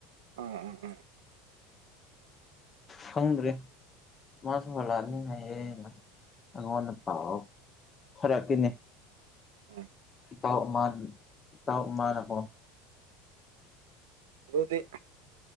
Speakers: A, on the right (about 70°); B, on the left (about 25°).
A: ꯑ ꯑ ꯑ
B: ꯈꯪꯗ꯭ꯔꯦ ꯃꯥꯁꯨ ꯍꯜꯂꯛꯑꯅꯤ ꯍꯥꯏꯌꯦꯅ ꯑꯩꯉꯣꯟꯗ ꯄꯥꯎ ꯊꯥꯔꯛꯈꯤꯅꯤ
A: ꯎꯝ
B: ꯏꯇꯥꯎ ꯑꯃꯒꯤ ꯏꯇꯥꯎ ꯑꯃꯅꯀꯣ
A: ꯑꯗꯨꯗꯤ